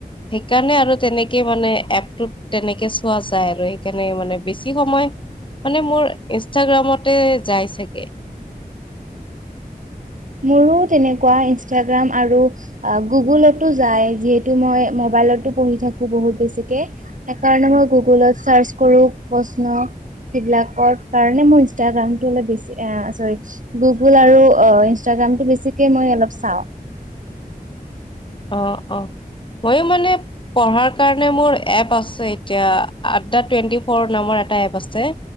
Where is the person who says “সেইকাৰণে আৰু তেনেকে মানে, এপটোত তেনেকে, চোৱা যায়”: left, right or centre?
Left